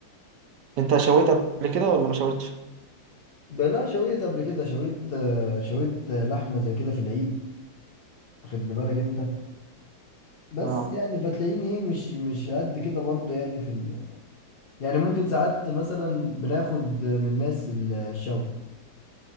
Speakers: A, on the right; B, on the left.
A: انت شويت قبل كده ولا ما شويتش
B: ده لا شويت قبل كده شويت آه، شويت آه، لحمة زي كده في العيد واخد لي بالك انت بس
A: اه
B: يعني فتلاقيني ايه مش مش قد كده برضه يعني في ال... يعني ممكن ساعات مثلا بناخد من ناس الشاور